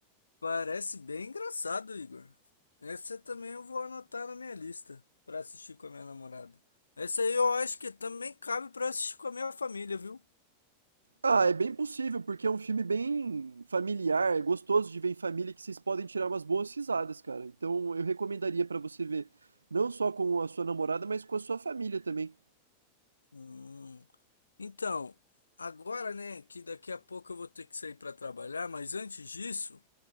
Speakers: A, on the left; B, on the right.
A: parece bem engraçado, Igor. Essa também eu vou anotar na minha lista pra assistir com a minha namorada. Essa aí eu acho que também cabe pra assistir com a minha família, viu?
B: Ah, é bem possível, porque é um filme bem familiar, é gostoso de ver em família que vocês podem tirar umas boas risadas, cara. Então eu recomendaria pra você ver, não só com a sua namorada, mas com a sua família também.
A: Hum. Então, agora, né, que daqui a pouco eu vou ter que sair para trabalhar, mas antes disso,